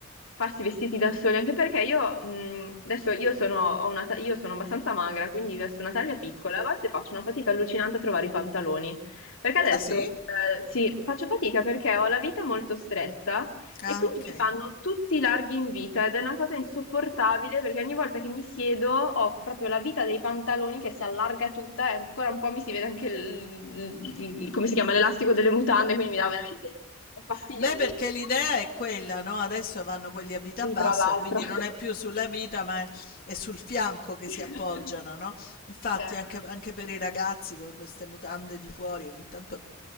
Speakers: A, on the left (about 80°); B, on the left (about 45°).
A: farsi vestiti da soli, anche perché io mh, adesso io sono, ho una ta- io sono abbastanza magra, quindi vesto una taglia piccola, a volte faccio una fatica allucinante a trovare i pantaloni, perché adesso
B: Ah, sì?
A: eh, sì, faccio fatica perché ho la vita molto stretta e
B: Ah,
A: quindi
B: ok.
A: mi fanno tutti i larghi in vita ed è una cosa insopportabile perché ogni volta che mi siedo ho proprio la vita dei pantaloni che si allarga tutta e ancora un po' mi si vede anche il, il- il- come si chiama, l'elastico delle mutande, quindi mi dà veramente, è fastidiosissimo.
B: Beh, perché l'idea è quella, no? Adesso vanno quelli a vita
A: Sì,
B: bassa,
A: tra l'altro.
B: quindi non è più sulla vita, ma è, è sul fianco che
A: <laughs>
B: si appoggiano, no? Infatti,
A: Eh.
B: anche, anche per i ragazzi con queste mutande di fuori, ogni tanto